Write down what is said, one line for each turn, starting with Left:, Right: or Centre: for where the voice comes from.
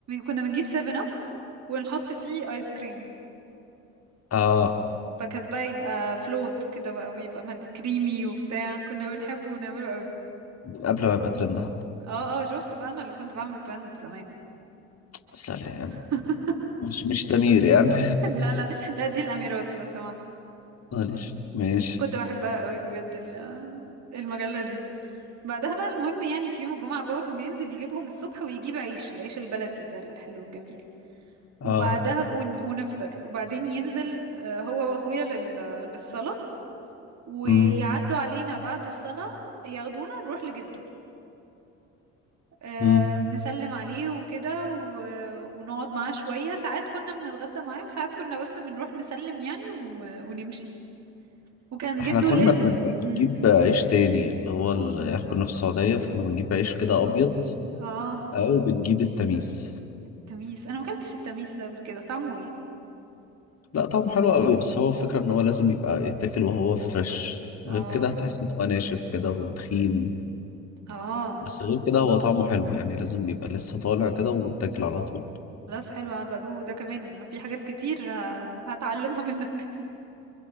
Right: كنا بنجيب سيفن أب ونحط فيه آيس كريم
Left: اه
Right: فكانت بقى يبقى فلوت كده بقى ويبقى كريمي وبتاع كنا بنحبه ونعمله قوي
Left: من قبل ما يبقى ترند حتى
Right: اه اه شفت بقى انا اللي كنت بعمل ترند زمان
Left: سلام
Right: <laughs>
Left: مش مش سمير يعني
Right: لا لا لا دي الاميرات لو سمحت
Left: <laughs> معلش ماشي
Right: كنت بحبها قوي بجد ال- المجله دي بعدها بقى المهم يعني في يوم الجمعه بابا كان بينزل يجيبهم الصبح ويجيب عيش العيش البلدي ده الحلو الجميل
Left: اه
Right: وبعدها ون- ونفطر وبعدين ينزل آه، هو واخويا لل- للصلاه ويعدوا
Left: امم
Right: علينا بعد الصلاه ياخدونا نروح لجده آه،
Left: امم
Right: نسلم عليه وكده و- ونقعد معاه شوية ساعات كنا بنتغدى معاه وساعات كنا بس بنروح نسلم يعني و... ونمشي وكان
Left: احنا
Right: جده
Left: كنا
Right: لازم
Left: بنبقى بنجيب
Right: مم.
Left: عيش تاني اللي هو ال... احنا كنا في السعودية فكنا بنجيب عيش كده ابيض
Right: اه
Left: او بنجيب التميس
Right: تميس انا ما اكلتش التميس ده قبل كده طعمه ايه
Left: لا طعمه حلو قوي بس هو الفكرة ان هو لازم يبقى يتاكل وهو فريش
Right: اه
Left: غير كده هتحس ان هو ناشف كده وتخين
Right: اه
Left: بس غير كده هو طعمه حلو يعني لازم يبقى لسه طالع كده ويتاكل على طول
Right: خلاص حلوة بدو ده كمان في حاجات كتير ه... هتعلمها منك